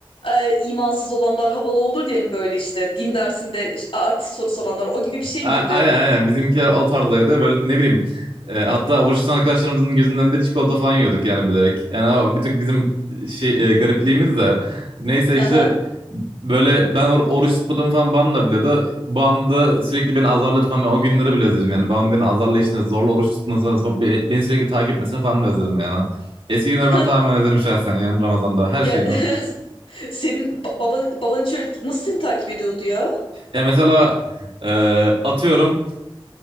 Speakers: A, on the left; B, on the right.
A: e, imansız olanlar havalı olur ya hani böyle işte din dersinde e, artist soru soranlar o gibi bir şey
B: A-
A: miydi?
B: Aynen aynen bizimkiler o tarzdaydı böyle ne bileyim e, hatta oruç tutan arkadaşlarımızın gözünden de çikolata falan yiyorduk yani bilerek. Yani o bir tık bizim şey e, garipliğimiz de neyse
A: Hı
B: işte
A: hı.
B: böyle ben or oruç tutmadığımı falan babam da biliyordu. Babam da sürekli beni azarladı falan ben o günleri bile özledim yani babam beni azarlayışını zorla oruç tutmasını falan, be- beni sürekli takip etmesini falan da özledim yani. Eski günleri
A: <laughs>
B: ben tamamen özledim şahsen yani Ramazan'da her
A: Ya
B: şeyini.
A: <laughs> senin ba- baban baban hiç öyle- nasıl seni takip ediyordu ya?
B: Ya mesela e, atıyorum